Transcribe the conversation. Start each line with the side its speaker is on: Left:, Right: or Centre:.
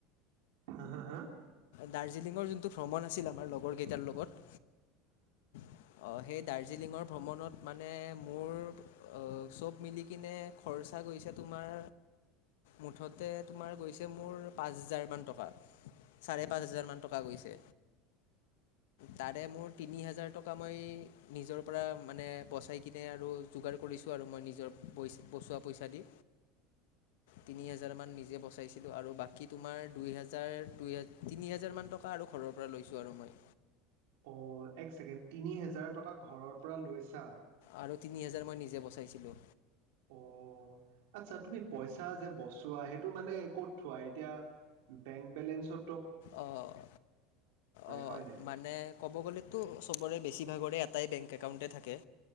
Right: হা হা হা
Left: দাৰ্জিলিঙৰ যোনটো ভ্ৰমণ আছিল আমাৰ লগৰ কেইটাৰ লগত অ সেই দাৰ্জিলিঙৰ ভ্ৰমণত মানে মোৰ চব মিলি কিনে খৰ খৰ্চা গৈছে তোমাৰ মুঠতে তোমাৰ গৈছে মোৰ পাঁচ হাজাৰ মান টকা চাৰে পাঁচ হাজাৰ মান টকা গৈছে, তাৰে মোৰ তিনি হাজাৰ টকা পা মই নিজৰ পৰা মানে বচাই কিনে আৰু যোগাৰ কৰিছোঁ আৰু মই নিজৰ পইছা বস্তু বচোৱা পইচা দি তিনি হাজাৰ মান নিজে বচাইছিলো আৰু বাকী তোমাৰ দুই হাজাৰ দু তিনি হাজাৰ মান টকা আৰু ঘৰৰ পৰা লৈছোঁ আৰু মই।
Right: অ' এক ছেকেণ্ড তিনি হোজাৰ টকা ঘৰৰ পৰা লৈছা?
Left: আৰু তিনি হাজাৰ মই নিজে বচাইছিলো।
Right: অ আচ্ছা তুমি পইচা যে বচোৱা সেইটো মানে ক'ত থোৱা, এতিয়া বেংক বেলেঞ্চত
Left: অ' অ'
Right: হয়নে
Left: মানে ক'ব গ'লেতো চবৰে বেছি ভাগৰে এটাই বেংক একাউণ্টে থাকে